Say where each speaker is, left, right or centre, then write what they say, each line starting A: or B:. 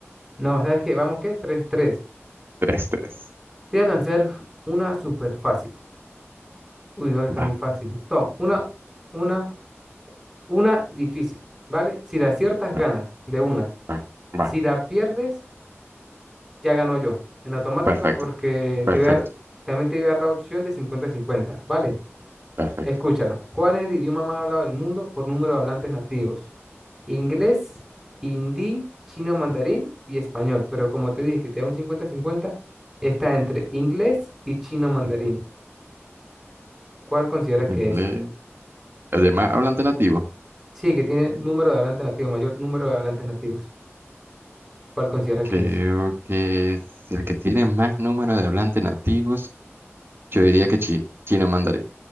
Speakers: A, on the right; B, on the right.
A: no, ¿sabes qué? Vamos, qué tres tres
B: Tres, tres.
A: Te voy a lanzar una súper fácil. Uy, no, está muy
B: Va,
A: fácil. No, una, una, una difícil, ¿vale? Si la aciertas,
B: va,
A: ganas de una.
B: va,
A: Si
B: va.
A: la pierdes, ya ganó yo en automático
B: Perfecto,
A: porque
B: perfecto,
A: te voy a dar, también te voy a dar la opción de cincuenta-cincuenta, ¿vale?
B: perfecto.
A: Escúchala. ¿Cuál es el idioma más hablado del mundo por número de hablantes nativos? Inglés, hindi, chino mandarín y español. Pero como te dije que te da un cincuenta-cincuenta, está entre inglés y chino mandarín. ¿Cuál consideras
B: Inglés.
A: que es?
B: Además, hablante nativo.
A: Sí, que tiene número de hablantes nativos, mayor número de hablantes nativos. ¿Cuál consideras
B: Creo
A: que es?
B: que es el que tiene más número de hablantes nativos. Yo diría que chi- chino mandarín.